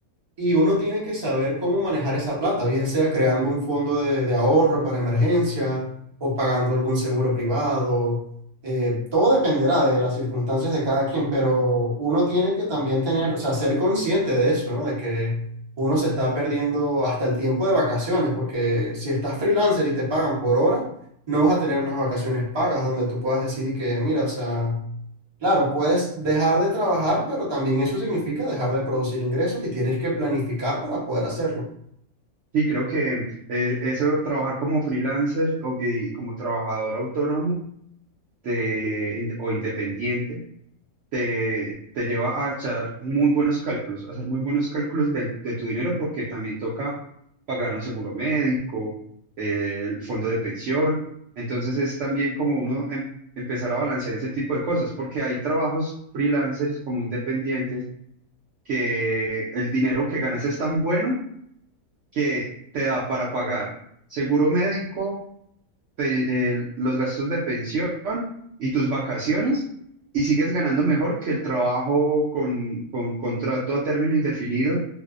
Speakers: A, on the right; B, on the right.
A: Y uno tiene que saber cómo manejar esa plata, bien sea creando un fondo de, de ahorro para emergencia o pagando algún seguro privado. Eh, todo dependerá de las circunstancias de cada quien, pero uno tiene que también tener, o sea, ser consciente de eso, ¿no? De que uno se está perdiendo hasta el tiempo de vacaciones, porque si estás freelancer y te pagan por hora, no vas a tener unas vacaciones pagas donde tú puedas decir y que, mira, o sea, Claro, puedes dejar de trabajar, pero también eso significa dejar de producir ingresos y tienes que planificar para poder hacerlo.
B: Sí, creo que eh, eso, trabajar como freelancer o- y como trabajador autónomo de- o independiente te, te lleva a echar muy buenos cálculos, a hacer muy buenos cálculos del- de, tu dinero porque también toca pagar un seguro médico, eh, el fondo de pensión. Entonces es también como uno em- empezar a balancear ese tipo de cosas porque hay trabajos freelancers como independientes que el dinero que ganas es tan bueno que te da para pagar seguro médico pe- eh, los gastos de pensión y tus vacaciones y sigues ganando mejor que el trabajo con, con contrato a término indefinido,